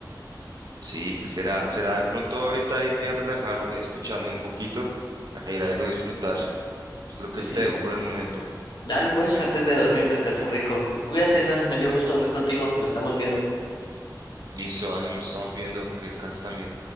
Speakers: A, on the right; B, on the left.
A: Sí, será, será de pronto ahorita irme a relajar escuchando un poquito, a ir a irlo a disfrutar. Yo creo que
B: pues
A: te
B: sí.
A: dejo por el momento.
B: Dale pues, antes de dormir, descansa rico. Cuídate, Sam, me dio gusto hablar contigo. Nos estamos viendo.
A: Listo, ah, nos estamos viendo, que descanses también.